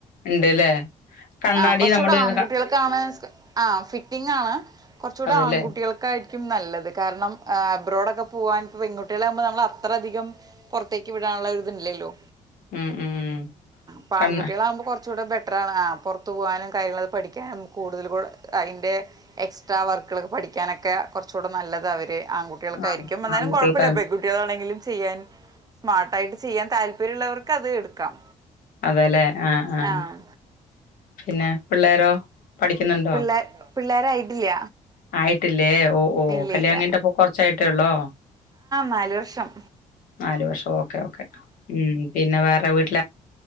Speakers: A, on the left (about 90°); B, on the right (about 30°).
A: ഉണ്ട്ല്ലേ കണ്ണാടി
B: ആ കൊർച്ചുടെ
A: നമ്മള്
B: ആൺകുട്ടികൾക്കാണ്
A: ക-
B: ആ ഫിറ്റിങ്ങാണ് കൊർച്ചൂടെ
A: അതല്ലേ
B: ആൺകുട്ടികൾക്കായി ക്കും നല്ലത് കാരണം ആ അബ്രോഡൊക്കെ പൂവാൻ പെൺകുട്ട്യാളാകുമ്പോ നമ്മൾ അത്ര അധികം പൊറത്തേക്ക് വിടാ നുള്ള ഒരിത് ഇല്ലല്ലോ
A: ഉം ഉം
B: പ്പൊ
A: കണ്ണ്
B: ആൺകുട്ട്യാളാവുമ്പൊ ച്ചൂടെ ബെറ്ററാണ് ആ പൊറത്ത് പൂവാനും കാര്യങ്ങളൊക്കെ പഠിക്കാനും കൂടുതൽ അതിന്റെ എക്സ് ട്രാ വർക്കുകളൊക്കെ പഠിക്കാനൊക്കെ കൊർച്ചുടെ നല്ലതാ അവര് ആൺകുട്ട്യോളൊക്കായിരിക്കും
A: ആ
B: എന്നാലും
A: ആൺകുട്ടികൾക്ക
B: കൊഴപ്പല്ല പെൺകുട്ട്യാളാണെങ്കിലും ചെയ്യാൻ സ്മാർട്ടായിട്ട് ചിയ്യാൻ താല്പര്യമുള്ളവർക്ക് അത് എടുക്കാം
A: അതെലേ ആആ
B: ആഹ്
A: ഏ പിള്ളേരോ പഠിക്കുന്നുണ്ടോ?
B: പിള്ളേ പിള്ളേരായിട്ടില്ല
A: ആയിട്ടില്ലേ ഓ ഹൊ
B: ഇല്ല
A: കല്യാണം
B: ഇല്ല
A: കഴിഞ്ഞിട്ട് പ്പൊ കൊറച്ചായിട്ടേള്ളോ?
B: നാലു വർഷം
A: നാല് വർഷം ഓക്കേ ഓക്കേ ഉം പിന്നെ വേറെ വീട്ടി